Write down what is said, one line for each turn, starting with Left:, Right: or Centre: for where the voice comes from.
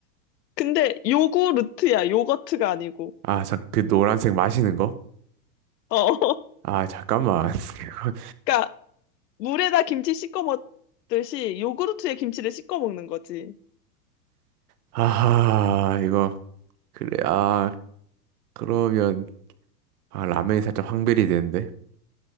Left: 근데 요구르트야, 요거트가 아니고.
Right: 아, 자, 그 노란색 마시는 거?
Left: 어, <laughs>
Right: 아, 잠깐만. <laughs> 이거-
Left: 그러니까 물에다 김치 씻어 먹듯이 요구르트에 김치를 씻어 먹는 거지.
Right: 아하, 이거. 그래, 아, 그러면. 아, 라면이 살짝 황벨이 되는데.